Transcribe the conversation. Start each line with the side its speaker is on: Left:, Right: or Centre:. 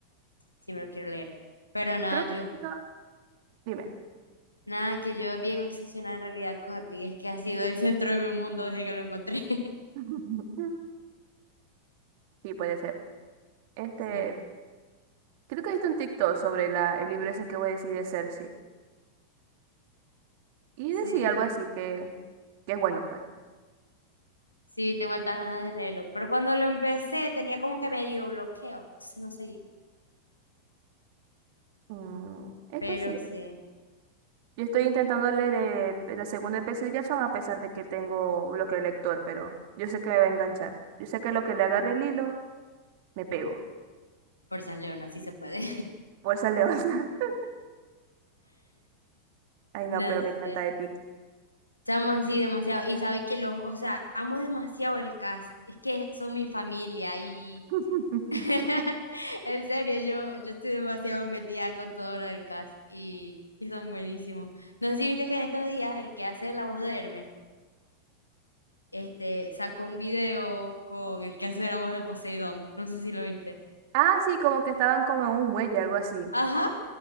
Left: si me lo quiero leer. Pero nada,
Right: Creo
Left: yo,
Right: que he visto. Dime.
Left: nada, que yo bien obsesionada en realidad con Epic es que ha sido el centro de mi mundo desde que lo encontré. <laughs>
Right: <laughs> Sí, puede ser. Este,
Left: Sí.
Right: creo que he visto un TikTok sobre la, el libro ese que voy a decir de Cersei. Y
Left: Sí,
Right: decía algo así que que es bueno, pues.
Left: sí, tengo altas ganas de leerlo. Pero cuando lo empecé tenía como que medio bloqueo, entonces no seguí.
Right: Mm, es
Left: Pero
Right: que sí.
Left: sí,
Right: Yo estoy intentando leer eh, la segunda de Percy Jackson a pesar de que tengo bloqueo de lector, pero yo sé que me va a enganchar. Yo sé que lo que le agarre el hilo, me pego.
Left: fuerzas Leona, sí se puede.
Right: Fuerza León. <laughs>
Left: <laughs>
Right: Ay, no,
Left: No
Right: pero
Left: sé.
Right: me encanta Epic.
Left: estamos así demasiado. Y sabe que los, o sea, amo demasiado el cast. Es que son mi familia y
Right: <laughs>
Left: <laughs> en serio, yo, yo estoy demasiado metida con todo lo del cast y, y son buenísimos. No sé si viste que en estos días el que hace la voz de Hermes, este, sacó un video con el que hace la voz de Poseidón. No sé si lo viste.
Right: Ah, sí, como que estaban como en un muelle, algo así.
Left: Ajá.